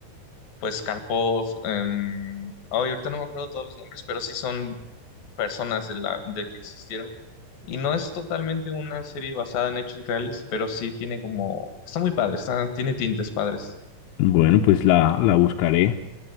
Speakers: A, on the left; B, on the left.
A: pues, Karpov, em, ay, ahorita no me acuerdo todos los nombres, pero sí son personas de la, de que existieron. Y no es totalmente una serie basada en hechos reales, pero sí tiene como, está muy padre, está, tiene tintes padres.
B: Bueno, pues la, la buscaré.